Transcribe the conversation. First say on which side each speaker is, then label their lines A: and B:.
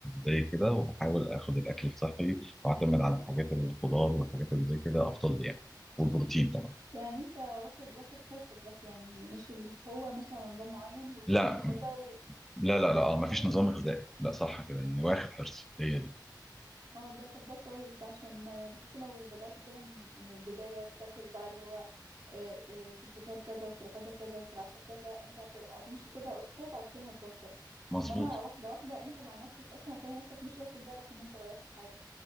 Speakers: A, in the centre; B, on the right.
A: زي كده وبحاول اخد الاكل الصحي واعتمد على الحاجات الخضار والحاجات اللي زي كده افضل لي يعني والبروتين طبعا
B: يعني انت واخد واخد حرصك بس يعني مش اللي هو ماشي على نظام معين والصبح
A: لا
B: كذا و...
A: لا لا لا اه مفيش
B: اه
A: نظام غذائي لا صح كده يعني واخد حرصي هي دي
B: اه ده طب ده كويس ده عشان آه، بحس لو بدأت كده من من البداية تاكل بقى اللي هو آه، آه، في الفطار كذا وفي الغدا كذا وفي العشاء كذا انت هت- هتمشي كده اسبوع بعد كده هتبطل
A: مظبوط
B: انما واحدة واحدة انت مع نفسك اصلا هتلاقي نفسك مش واخد بالك ان انت غيرت حاجة